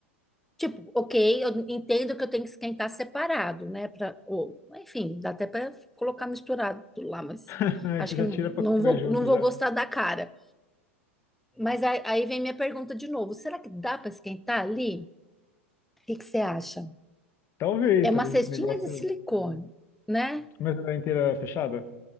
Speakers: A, in the centre; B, on the left (about 35°).
A: Tipo, ok, eu entendo que eu tenho que esquentar separado, né? Pra, ou, enfim, dá até para colocar misturado lá, mas
B: <laughs> Aí
A: acho
B: você
A: que
B: já
A: não,
B: tira pra
A: não
B: comer
A: vou,
B: junto
A: não vou
B: já.
A: gostar da cara. Mas aí, aí vem minha pergunta de novo: será que dá para esquentar ali? O que que você acha?
B: Talvez,
A: É uma
B: talvez
A: cestinha
B: esse negócio.
A: de silicone, né?
B: Mas ela é inteira fechada?